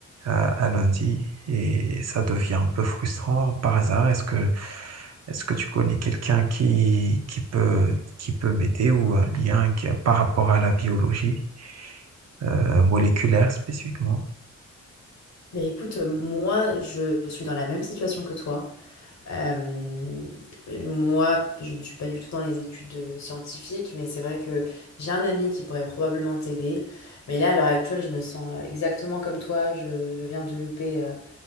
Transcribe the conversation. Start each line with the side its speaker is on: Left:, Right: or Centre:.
Right: à, à lundi et ça devient un peu frustrant. Par hasard, est-ce que, est-ce que tu connais quelqu'un qui, qui peut, qui peut m'aider ou un lien qui, par rapport à la biologie, euh, moléculaire spécifiquement?
Left: Mais écoute, euh, moi, je suis dans la même situation que toi. Euh, moi, je ne suis pas du tout dans les études euh, scientifiques, mais c'est vrai que j'ai un ami qui pourrait probablement t'aider. Mais là, à l'heure actuelle, je me sens euh, exactement comme toi. Je, je viens de louper euh,